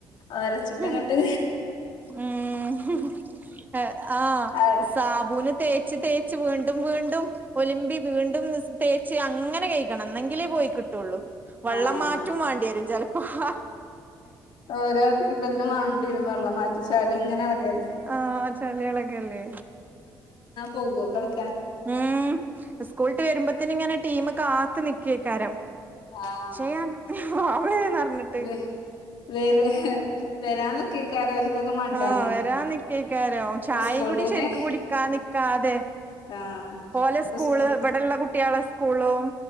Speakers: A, on the left; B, on the right.
A: ഒരച്ചിട്ടങ്ങട്ട്
B: ഹു ഹും ഉം എ ആ
A: വെളുക്കൂല്ല
B: സാബൂന് തേച്ച് തേച്ച് വീണ്ടും വീണ്ടും ഒല്മ്പി വീണ്ടും നിസ് തേച്ച് അങ്ങനെ കയ്കണം ന്നെങ്കിലേ പോയി കിട്ടാേള്ളു വള്ളം
A: ആഹ്
B: മാറ്റും മാണ്ട്യേരും ചെൽപ്പ ഹാ
A: ഓരോ തിര്മ്പൽനും വാണ്ട്യരും വള്ളം മാറ്റ ചളിങ്ങനെളകല്ലെ
B: ആ ചളി എളകെല്ലേ
A: പോവ്വ്വാേ ത
B: ഉം സ്കൂൾട്ട് വരുമ്പത്ത്ന്ങ്ങനെ ടീമ് കാത്ത് നിക്കെയ്ക്കാരം
A: ആഹ്
B: ചെയ്യാൻ അവ <unintelligible> പർഞ്ഞ്ട്ട്
A: വെ വെര് വെരാൻ നിക്കേക്കാരം ഓൽക്കൊക്കെ മണ്ടാനേ
B: ആ വരാൻ നിക്കെയ്ക്കാരം ചായിം
A: ഓല് സ്കൂൾന്നന്നെ
B: കൂടി ശരിക്ക് കുടിക്കാ നിക്കാതെ
A: ആഹ്
B: ഓലെ സ്കൂള്
A: ഓല് സ്കൂ
B: ഇബടെള്ള കുട്ട്യാളെ സ്കൂളും